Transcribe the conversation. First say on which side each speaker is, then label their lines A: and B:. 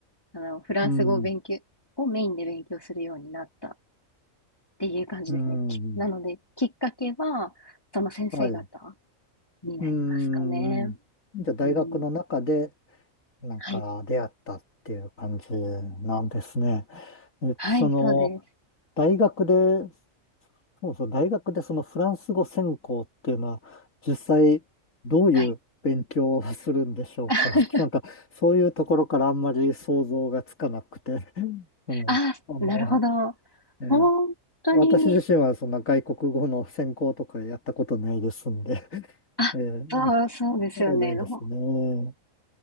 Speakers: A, on the left (about 15°); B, on the left (about 80°).
A: あの、フランス語を勉強、
B: うん。
A: をメインで勉強するようになったっていう感じですね。
B: うん。
A: きなので、きっかけは、その先生方
B: はい。
A: になりますかね。
B: うん。じゃあ、大学の中で、
A: うん。
B: なんか出会ったっていう感じなんですね。
A: はい。
B: え、
A: はい、
B: その、
A: そうです。
B: 大学で、そうそう、大学でそのフランス語専攻っていうのは、実際どういう勉強をするんでしょうか。
A: はい。<laughs>
B: <laughs> なんか、そういうところからあんまり想像がつかなくて。<laughs> うん。
A: あなるほど。
B: あの、ええ
A: 本当に、
B: 私自身はそんな外国語の専攻とかやったことないですんで、<laughs>
A: あ、
B: ええ
A: そう、そうですよね。
B: そうないですね。
A: ほ